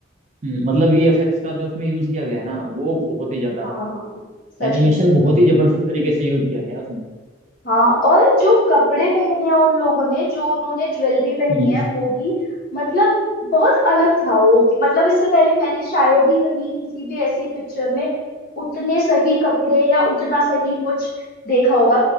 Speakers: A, on the right; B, on the left.
A: हम्म, मतलब वी एफ एक्स का जो उसमें यूज किया गया है ना वो बहुत ही ज्यादा
B: हाँ हाँ हाँ सच
A: एनिमेशन
B: में
A: बहुत ही जबरदस्त तरीके से यूज किया गया उसमें
B: हाँ और जो कपड़े पहने हैं उन लोगों ने जो उन्होंने ज्वेलरी पहनी
A: हम्म
B: है वो भी मतलब बहुत अलग था वो मतलब इससे पहले मैंने शायद ही कहीं किसी भी ऐसी पिक्चर में उतने सही कपड़े या उतना सही कुछ देखा होगा